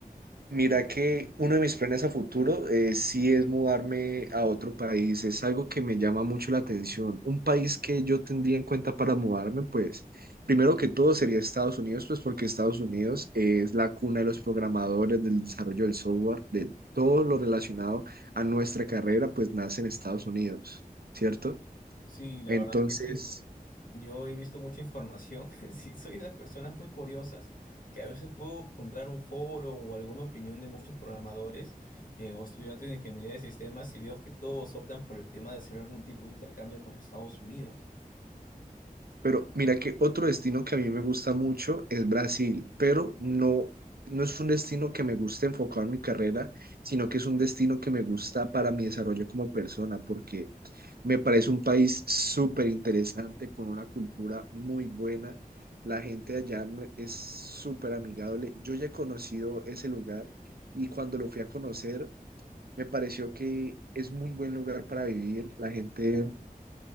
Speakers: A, on the right; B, on the left.
A: Mira que uno de mis planes a futuro eh, sí es mudarme a otro país. Es algo que me llama mucho la atención. Un país que yo tendría en cuenta para mudarme, pues, primero que todo sería Estados Unidos, pues porque Estados Unidos es la cuna de los programadores, del desarrollo del software, de todo lo relacionado a nuestra carrera, pues nace en Estados Unidos, ¿cierto?
B: Sí, la
A: Entonces,
B: verdad es que sí. Yo he visto mucha información. <laughs> Sí, soy de las personas muy curiosas que a veces puedo encontrar un foro o alguna opinión de muchos programadores eh, o estudiantes de ingeniería de sistemas y veo que todos optan por el tema de hacer algún tipo de intercambio con Estados Unidos.
A: Pero mira que otro destino que a mí me gusta mucho es Brasil, pero no, no es un destino que me guste enfocado en mi carrera, sino que es un destino que me gusta para mi desarrollo como persona, porque me parece un país súper interesante, con una cultura muy buena. La gente de allá me- es súper amigable. Yo ya he conocido ese lugar y cuando lo fui a conocer, me pareció que es muy buen lugar para vivir. La gente